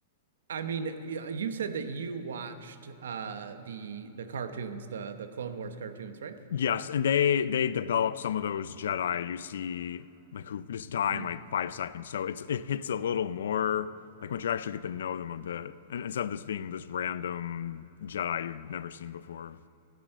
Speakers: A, on the right (about 85°); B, on the left (about 90°).
A: I mean, yeah, you said that you watched uh the the cartoons, the the Clone Wars cartoons, right?
B: Yes, and they they develop some of those Jedi you see like who just die
A: Mm.
B: in like five seconds. So it's it hits a little more like once you actually get to know them a bit. And instead of this being this random Jedi you've never seen before.